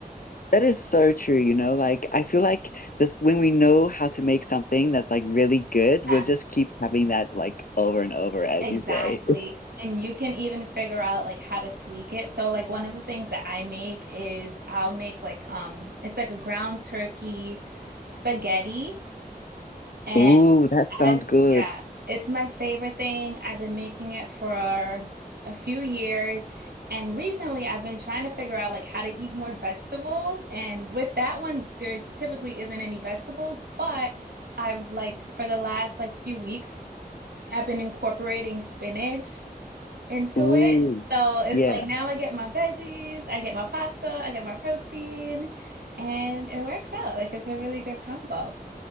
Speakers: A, on the left; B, on the right.
A: That is so true, you know, like I feel like the when we know how to make something that's like really good,
B: Yeah.
A: we'll just keep having that like over and over, as
B: Exactly.
A: you say.
B: And you can even figure out like how to tweak it. So like one of the things that I make is I'll make like um it's like a ground turkey spaghetti and
A: Ooh, that sounds
B: I
A: good.
B: yeah, it's my favorite thing. I've been making it for a few years and recently I've been trying to figure out like how to eat more vegetables and with that one there typically isn't any vegetables, but I've like for the last like few weeks I've been incorporating spinach into
A: Ooh,
B: it. So it's
A: yeah.
B: like now I get my veggies, I get my pasta, I get my protein, and it works out. Like it's a really good combo.